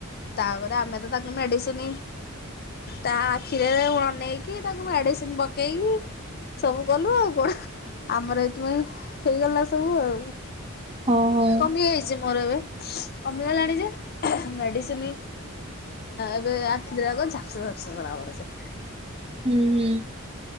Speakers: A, on the left (about 50°); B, on the right (about 30°).
A: ତାପରେ ଆମେ ତ ତାଙ୍କୁ ମେଡିସିନ୍ ତା ଆଖିରେ ଅନେଇକି ତାଙ୍କୁ ମେଡିସିନ ପକେଇକି ସବୁ କଲୁ ଆଉ କଣ ହେଁ ଆମର ଏଇଥି ପାଇଁ ହେଇଗଲା ସବୁ ଆଉ।
B: ହଁ ହଁ।
A: କମି ଯାଇଛି ମୋର ଏବେ କମିଗଲାଣି ଯେ <unintelligible> ମେଡିସିନ ଏବେ ଆଖି ଦିଟା ଯାକ ଝାପ୍ସା ଫାପ୍ସା ଜଣା ପଡୁଚି।
B: ଉଁ ହୁଁ